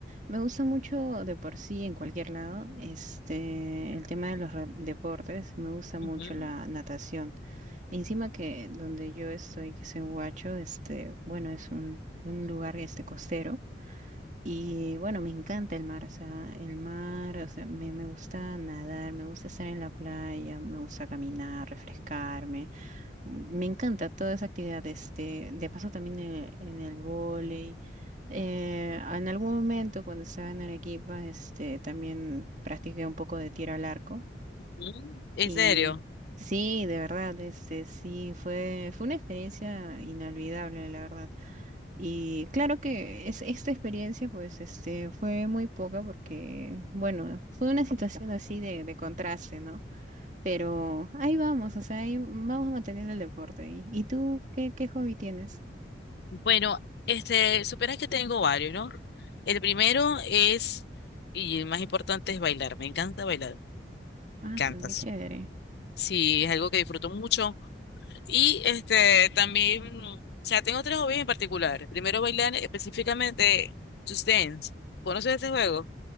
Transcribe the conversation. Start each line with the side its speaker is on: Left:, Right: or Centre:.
Right: me gusta mucho de por sí en cualquier lado, este, el tema de los re- deportes, me gusta mucho
Left: Ujú,
Right: la natación. Encima que donde yo estoy, que es en Huacho, este, bueno, es un, un lugar este costero. Y bueno, me encanta el mar, o sea, el mar, o sea, me, me gusta nadar, me gusta estar en la playa, me gusta caminar, refrescarme. Me encanta toda esa actividad. Este, de paso también en, en el vóley. Eh, en algún momento cuando estaba en Arequipa, este, también practiqué un poco de tiro al arco.
Left: ujú. ¿En
Right: Y
Left: serio?
Right: sí, de verdad, este, sí, fue, fue una experiencia inolvidable, la verdad. Y claro que es, esta experiencia, pues, este, fue muy poca porque, bueno, fue una situación así de, de contraste, ¿no? Pero ahí vamos, o sea, ahí vamos manteniendo el deporte. ¿Y, y tú qué, qué hobby tienes?
Left: Bueno, este, supieras que tengo varios, ¿no? El primero es, y el más importante es bailar. Me encanta bailar.
Right: Ah,
Left: Me encantas.
Right: sí, qué chévere.
Left: Sí, es algo que disfruto mucho. Y este también, o sea, tengo tres hobbies en particular. Primero bailar específicamente Just Dance. ¿Conoces este juego?